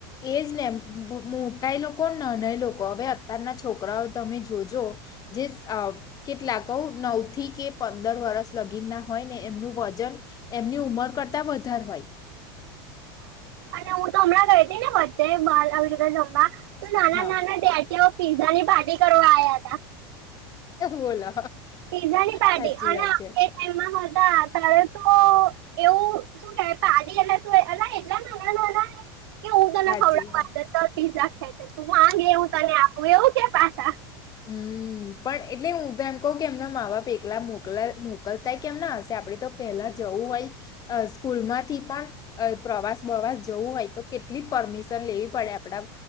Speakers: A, on the left (about 30°); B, on the right (about 75°).
A: એજ નેમ મોટાય લોકો નાનાય લોકો હવે અતારના છોકરાઓ તમે જોજો જ કેટલાક નવ થી કે પંદર વરષ લગીન ના હોય ને એમનું વજન એમની ઉમર કરતા વધારે હોય
B: અને હું તો હમણાં ગઈ હતી ને વચ્ચે અરિક જવા તો નાના
A: હા
B: નાના ડેટીઓ પીઝા ની ભાટી કરવા આવયા હતા
A: બોલો
B: પીઝાની પાર્ટી
A: સાચી
B: અને
A: વાત છે
B: ટમમાં હતા તારે તો એવું શું કે પાડી એ શું અ એટલા મહના કે હું તને
A: સાચી
B: ખવડાવ
A: વાત
B: ત પીઝા ખાય તું આગે એવું તને આપું એવું કે પાછા
A: હમ પણ એટલે હું તો એમ કહું કે એમના મા બાપ એકલા મોકલ મોકલતા કેમ ના હશે આપડે તો પેલા જવું હોય સ્કૂલ માંથી પણ અ પ્રવાસ બવાસ જવું હોય તો કેટલી પરમિશન લેવી પડે આપડા